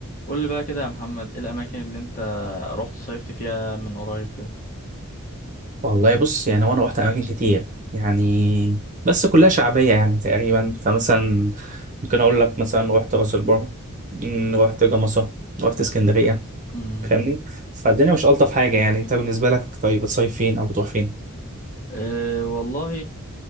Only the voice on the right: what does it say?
والله بص يعني هو انا رحت اماكن كتير يعني بس كلها شعبيه يعني تقريبا فمثلا ممكن اقول لك مثلا رحت راس البر مم، رحت جمصه رحت اسكندريه
فاهمني فالدنيا مش الطف حاجه يعني انت بالنسبه لك طيب بتصيف فين او بتروح فين